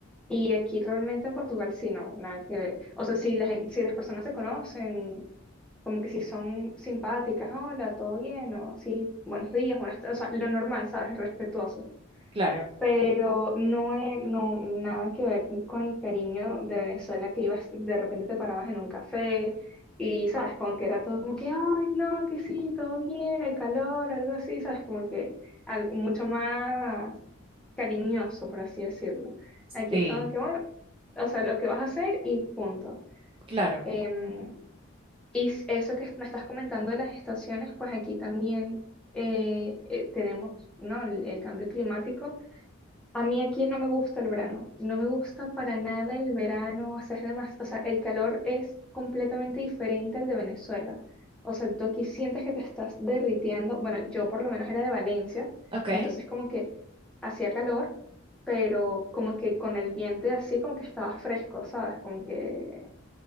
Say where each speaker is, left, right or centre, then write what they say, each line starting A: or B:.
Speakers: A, in the centre; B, on the right.
A: Y aquí realmente en Portugal sí, no, nada que ver. O sea, si, la gen- si las personas se conocen, como que si son simpáticas, hola, todo bien, o así, buenos días, buenas tardes, o sea, lo normal, ¿sabes? Respetuoso
B: claro,
A: pero no, e- no nada que ver con el cariño de Venezuela que ibas, de repente te parabas en un café y, sabes, como que era todo como que, ay, no, que sí, todo bien, el calor, algo así, sabes, como que algo mucho más cariñoso, por así decirlo. Aquí
B: sí,
A: es como que, bueno, o sea, lo que vas a hacer y punto.
B: claro,
A: Em, y s- eso que me estás comentando de las estaciones, pues aquí también eh, eh, tenemos, ¿no? el el cambio climático a mí aquí no me gusta el verano, no me gusta para nada el verano, o sea, es demas- o sea, el calor es completamente diferente al de Venezuela. O sea, tú aquí sientes que te estás derritiendo. Bueno, yo por lo menos era de Valencia,
B: ok,
A: entonces como que hacía calor, pero como que con el viento y así como que estaba fresco, ¿sabes? Como que